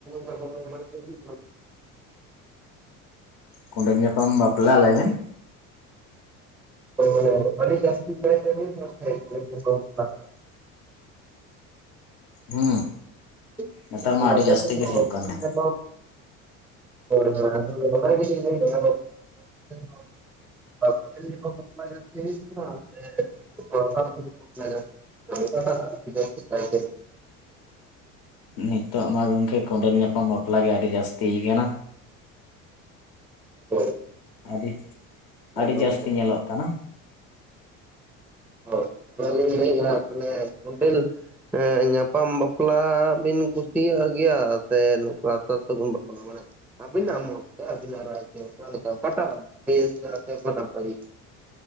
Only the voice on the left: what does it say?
ᱠᱚᱸᱰᱮᱞ ᱧᱟᱯᱟᱢ ᱵᱟᱯᱞᱟ ᱞᱟᱹᱭ ᱵᱤᱱ
ᱦᱩᱸ
ᱱᱮᱛᱟᱨ ᱢᱟ ᱟᱹᱰᱤ
ᱡᱟᱹᱥᱛᱤ
ᱜᱮ ᱦᱩᱭᱩᱜ
ᱠᱟᱱᱟ
ᱱᱤᱛᱚᱜ ᱢᱟ ᱜᱚᱝᱠᱮ ᱠᱚᱸᱰᱮᱞ ᱧᱟᱯᱟᱢ ᱵᱟᱯᱞᱟ ᱜᱮ ᱟᱹᱰᱤ ᱡᱟᱹᱥᱛᱤ ᱠᱟᱱᱟ
ᱟᱹᱰᱤ ᱟᱹᱰᱤ
ᱡᱟᱹᱥᱛᱤ ᱧᱮᱞᱚᱜ ᱠᱟᱱᱟ